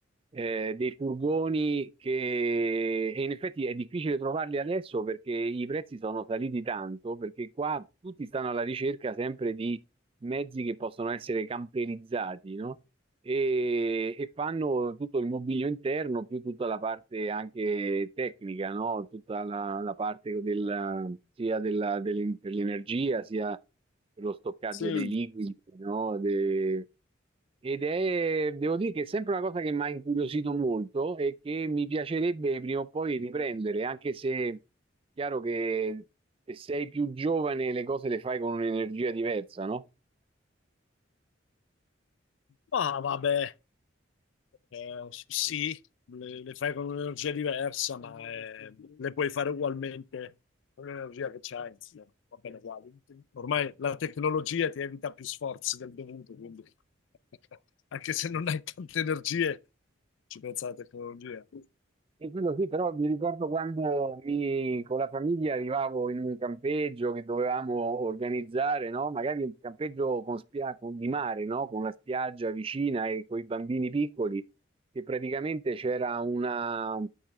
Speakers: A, on the right; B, on the left.
A: eh, dei furgoni che e in effetti è difficile trovarli adesso perché i prezzi sono saliti tanto, perché qua tutti stanno alla ricerca sempre di mezzi che possono essere camperizzati, no? e, e fanno tutto il mobilio interno più tutta la parte anche tecnica, no? Tutta la, la parte del, sia della, del- per l'energia sia per lo stoccaggio
B: sì.
A: dei liquidi, no? De- ed è, devo dire che è sempre una cosa che mi ha incuriosito molto e che mi piacerebbe prima o poi riprendere, anche se chiaro che se sei più giovane le cose le fai con un'energia diversa, no?
B: Ah, vabbè. Eh, sì, le, le fai con un'energia diversa, ma eh, le puoi fare ugualmente con l'energia che c'hai, insomma, va bene uguale. Ormai la tecnologia ti evita più sforzi del dovuto, quindi <laughs> anche se non hai tante energie, ci pensa la tecnologia.
A: E quello sì, però mi ricordo quando mi, con la famiglia arrivavo in un campeggio che dovevamo organizzare, no? Magari un campeggio con spia- con- di mare, no? Con la spiaggia vicina e con i bambini piccoli che praticamente c'era una,